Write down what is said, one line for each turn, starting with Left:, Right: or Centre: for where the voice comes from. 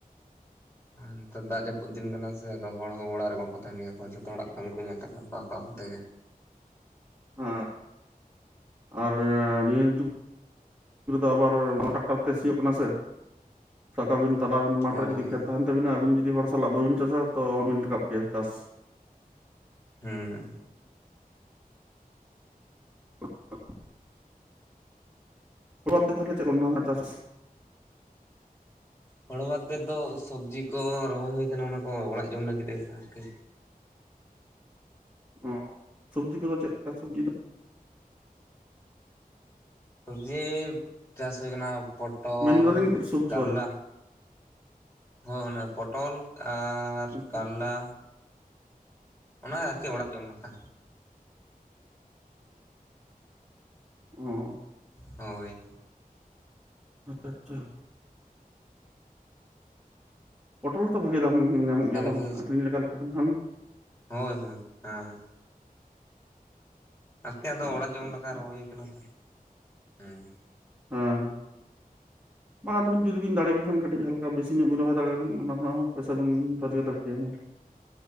Left: ᱟᱨ ᱱᱮᱛᱟᱨ ᱫᱟᱜ ᱡᱟᱯᱩᱫ ᱫᱤᱱ ᱠᱟᱱᱟ ᱥᱮ ᱟᱫᱚ ᱦᱚᱲ ᱦᱚᱸ ᱚᱲᱟᱜ ᱨᱮ ᱵᱟᱝᱠᱚ ᱛᱟᱦᱮᱱ ᱜᱮᱭᱟᱠᱚ, ᱡᱚᱛᱚ ᱦᱚᱲᱟᱜ ᱠᱟᱹᱢᱤ ᱠᱚ ᱧᱮᱞ ᱛᱟᱠᱚᱣᱟ ᱟᱠᱟ ᱟᱠᱚ ᱛᱮᱜᱮ᱾
Centre: ᱦᱮᱸ
Left: <unintelligible>
Centre: ᱟᱨ ᱱᱤᱭᱟᱹ ᱡᱩᱜ <unintelligible> ᱜ ᱨᱮᱫᱚ ᱟᱵᱟᱨ ᱱᱚᱣᱟ ᱴᱨᱟᱠᱴᱟᱨ ᱛᱮ ᱥᱤᱭᱳᱜ ᱠᱟᱱᱟ ᱥᱮ᱾ ᱥᱟᱠᱟᱵᱤᱱ ᱛᱟᱞᱟ ᱢᱟᱴᱷ
Left: ᱦᱳᱭ
Centre: ᱨᱮ ᱡᱩᱫᱤ ᱠᱷᱮᱛ ᱛᱟᱦᱮᱱ ᱛᱟᱹᱵᱤᱱᱟ, ᱟᱵᱤᱱ ᱡᱩᱫᱤ ᱦᱚᱲ ᱥᱟᱞᱟᱜ ᱵᱟᱹᱵᱤᱱ ᱪᱟᱥᱟ, ᱛᱚ ᱨᱟᱠᱟᱵ ᱠᱮᱭᱟ ᱪᱟᱥ᱾
Left: ᱦᱩᱸ᱾
Centre: <inaudible> <inaudible> ᱛᱟᱦᱮ ᱪᱮᱫ ᱪᱟᱥᱟᱥ
Left: ᱦᱚᱲ ᱵᱟᱫ ᱛᱮᱛᱚ ᱥᱚᱵᱽᱡᱤ ᱠᱚ ᱨᱚᱦᱚᱭ ᱦᱩᱭᱩ ᱟᱠᱟᱱᱟ, ᱚᱱᱟ ᱠᱚ ᱚᱲᱟᱜ ᱡᱚᱢ ᱞᱟᱹᱜᱤᱫ ᱮ ᱟᱨᱠᱤ,
Centre: ᱚ ᱥᱚᱵᱽᱡᱤ ᱠᱚᱫᱚ ᱪᱮᱫᱠᱟ ᱥᱚᱵᱽᱡᱤ ᱫᱚ?
Left: ᱥᱚᱵᱡᱤ ᱪᱟᱥ ᱦᱳᱭ ᱟᱠᱟᱱᱟ ᱯᱚᱴᱚᱞ,
Centre: ᱢᱮᱱᱫᱟᱞᱤᱧ ᱥᱚᱵᱽᱡᱤ
Left: ᱠᱟᱨᱞᱟ,
Centre: ᱟᱨᱠᱤ
Left: ᱦᱳᱭ ᱚᱱᱟ ᱯᱚᱴᱚᱞ ᱟᱨ
Centre: ᱟᱪᱪᱷᱟ
Left: ᱠᱟᱨᱞᱟ᱾
Centre: ᱟᱪᱪᱷᱟ
Left: ᱚᱱᱟ ᱟᱨᱠᱤ ᱚᱲᱟᱜ ᱡᱚᱢ ᱞᱮᱠᱟ᱾
Centre: ᱚᱻ
Left: ᱦᱳᱭ,
Centre: ᱟᱪᱪᱷᱟ, ᱯᱚᱴᱚᱞ ᱦᱚᱛᱚ ᱵᱷᱟᱜᱮ ᱫᱟᱢ ᱧᱟᱢᱚᱜ
Left: ᱠᱟᱞᱞᱟ
Centre: ᱜᱮᱭᱟ ᱵᱟᱝ,
Left: ᱯᱮ
Centre: ᱟᱹᱠᱷᱨᱤᱧ ᱞᱮᱠᱟ ᱞᱮᱠᱟ ᱠᱷᱟᱱ ᱠᱷᱟᱱ᱾
Left: ᱦᱳᱭ ᱦᱳᱭ, ᱦᱮᱸ, ᱟᱨᱠᱤ ᱟᱫ ᱚᱲᱟᱜ
Centre: ᱟᱪᱪᱷᱟ
Left: ᱡᱚᱢ
Centre: ᱟᱪᱪᱷᱟ
Left: ᱞᱮᱠᱟ ᱨᱚᱦᱚᱭ ᱦᱩᱭ ᱠᱟᱱᱟ ᱛᱚ, ᱦᱩᱸ <unintelligible>
Centre: ᱦᱮᱸ ᱵᱟᱝ ᱟᱫᱚᱵᱤᱱ ᱡᱩᱫᱤ ᱵᱤᱱ ᱫᱟᱲᱮ ᱠᱮ ᱠᱷᱟᱱ, ᱠᱟᱹᱴᱤᱡ ᱦᱟᱞᱠᱟ ᱵᱮᱥᱤ ᱧᱚᱜ ᱵᱤᱱ ᱨᱚᱦᱚᱭ ᱫᱟᱲᱮᱭᱟᱜ ᱠᱷᱟᱱ, ᱚᱱᱟ ᱠᱷᱱᱟᱜ ᱦᱚᱸ ᱯᱚᱭᱥᱟ ᱵᱤᱱ ᱨᱳᱡᱽᱜᱟᱨ ᱫᱟᱲᱮ ᱠᱮᱭᱟ ᱦᱩ